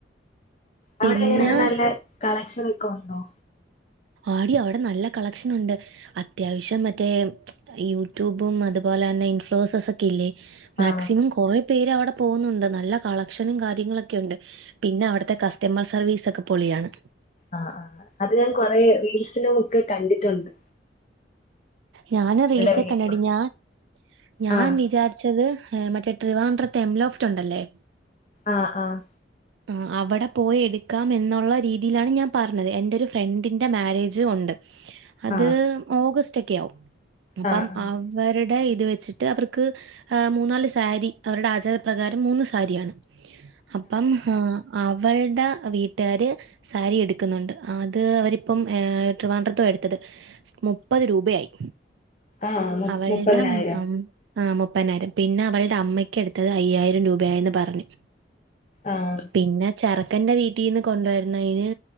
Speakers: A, on the left; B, on the right.
A: അവിടെ
B: പിന്നെ
A: എങ്ങനെ നല്ലകളക്ഷനൊക്കെണ്ടോ?
B: ആടി അവ്ടെ നല്ല കളക്ഷനുണ്ട് അത്യാവശ്യംമറ്റേ യൂട്യൂബും അത്പോലെയന്നെ ഇൻഫ്ലോസസ്ക്കെഇല്ലേ മാക്സിമംകൊറേ
A: ആഹ്
B: പേര് അവ്ടെ പോവുന്നുണ്ട് നല്ലകളക്ഷനുംകാര്യങ്ങളൊക്കെണ്ട് പിന്നെ അവ്ട്ത്തെ കസ്റ്റമർസർവീസക്കെ പൊളിയാണ്
A: ആഹ് ആഹ് അത്ഞാൻകൊറെ റീൽസിലുംക്കെകണ്ടിട്ടുണ്ട്
B: ഞാന് റീൽസക്കെന്നെടി
A: വീഡിയോസ്
B: ഞാൻ ഞാൻവിചാര്
A: ആഹ്
B: ച്ചത് മറ്റേട്രിവാഡ്രത്തെ എംലോഫ്റ്റ്ഉണ്ടല്ലേ
A: ആഹ് ആഹ്
B: ആഹ് അവ്ടെപോയി എടുക്കാംഎന്നൊള്ള രീതിയിലാണ് ഞാൻപറഞ്ഞത് എന്റെഒരു ഫ്രണ്ടിന്റെമാരേജ് ഉണ്ട് അത്
A: ആഹ്
B: ഓഗസ്റ്റ്ഒക്കെയാവും അപ്പം
A: ആഹ് ആഹ്
B: അവര്ടെഇത് വെച്ചിട്ട്അവർക്ക് ആഹ് മൂന്നാല്സാരി അവരുടെആചാരപ്രകാരം മൂന്ന്സാരിയാണ് അപ്പം ആഹ് അവൾടെവീട്ടാര് സാരിഎട്ക്ക്‌ന്നുണ്ട് അത്അവരിപ്പം ഏ ട്രിവാൻഡ്രത്തൊയിട്ത്തത് സ്മുപ്പത് രൂപയായി
A: ആഹ് മു
B: അവൾടം
A: മുപ്പതിനായിരം
B: ആഹ് മുപ്പയ്നായിരം പിന്നെഅവൾടെ അമ്മയ്ക്കെട്ത്തത് അയ്യായിരംരൂപയന്ന്പറഞ്ഞു
A: ആഹ്
B: പിന്നെചെറക്കന്റെ വീട്ടീന്ന് കൊണ്ടുവര്ണയ്ന്